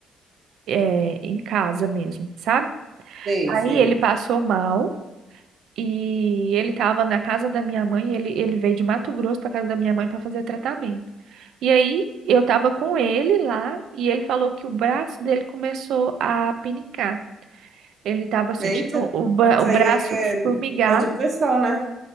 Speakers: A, on the right; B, on the right.
A: é, em casa mesmo, sabe?
B: Sei,
A: Aí
B: sei.
A: ele passou mal. E ele estava na casa da minha mãe, ele, ele veio de Mato Grosso para casa da minha mãe para fazer tratamento. E aí eu estava com ele lá e ele falou que o braço dele começou a pinicar. Ele estava sentindo
B: Eita,
A: o, bra-
B: isso
A: o braço
B: aí é
A: formigar.
B: dor de pressão, né?